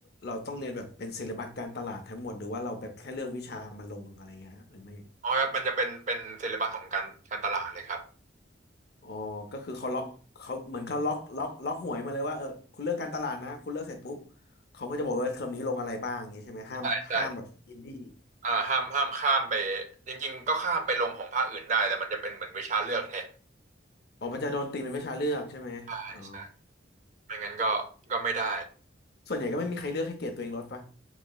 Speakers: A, on the left; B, on the right.
A: เราต้องเรียนแบบเป็นเซเลบัสการตลาดทั้งหมดหรือว่าเราแบบแค่เลือกวิชามาลงอะไรเงี้ยหรือไม่
B: น้อยครับมันจะเป็นเป็นเซเลบัสของการการตลาดเลยครับ
A: อ๋อก็คือเขาล็อกเขาเหมือนเขาล็อกล็อกล็อกหวยมาเลยว่าเออคุณเลือกการตลาดนะคุณเลือกเสร็จปุ๊บเขาก็จะบอกว่าเทอมนี้ลงอะไรบ้างอย่างนี้ใช่ไหมห้ามห้ามแบบอินดี้
B: ใช่ใช่อ่าห้ามห้ามข้ามไปจริงๆก็ข้ามไปลงของภาคอื่นได้แต่มันจะเป็นเหมือนวิชาเลือกแทน
A: อ๋อมันจะโดนตีเป็นวิชาเลือกใช่ไหมอ๋อ
B: ใช่ใช่ไม่งั้นก็ก็ไม่ได้
A: ส่วนใหญ่ก็ไม่มีใครเลือกให้เกรดตัวเองลดปะ